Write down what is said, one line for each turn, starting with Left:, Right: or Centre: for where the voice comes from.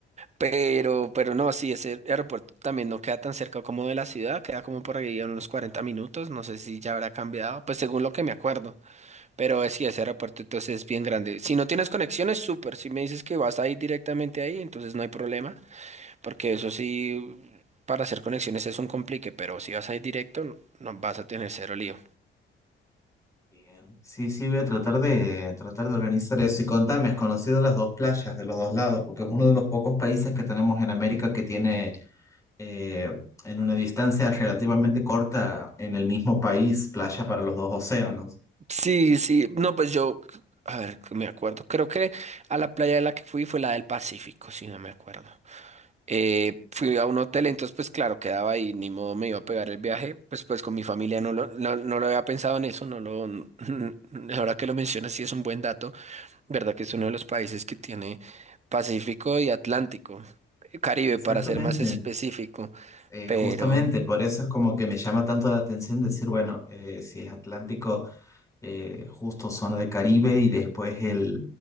Right: pero, pero no, sí, ese aeropuerto también no queda tan cerca como de la ciudad, queda como por ahí a unos 40 minutos, no sé si ya habrá cambiado, pues según lo que me acuerdo, pero eh, sí, ese aeropuerto entonces es bien grande. Si no tienes conexiones, súper, si me dices que vas a ir directamente ahí, entonces no hay problema, porque eso sí, para hacer conexiones es un complique, pero si vas a ir directo, no vas a tener cero lío.
Left: Bien. Sí, sí, voy a tratar de tratar de organizar eso. Y contame, ¿has conocido las dos playas de los dos lados? Porque es uno de los pocos países que tenemos en América que tiene eh, en una distancia relativamente corta en el mismo país playa para los dos océanos.
Right: Sí, sí, no, pues yo, a ver, que me acuerdo, creo que a la playa de la que fui fue la del Pacífico, si no me acuerdo. Eh, fui a un hotel, entonces pues claro, quedaba ahí, ni modo me iba a pegar el viaje, pues pues con mi familia no lo, no, no lo había pensado en eso, no lo, n- <laughs> ahora que lo mencionas sí es un buen dato, verdad que es uno de los países que tiene Pacífico y Atlántico, eh, Caribe
Left: Exactamente.
Right: para ser más específico,
Left: Eh,
Right: pero
Left: justamente, por eso es como que me llama tanto la atención decir, bueno, eh, si es Atlántico, eh, justo zona de Caribe y después el,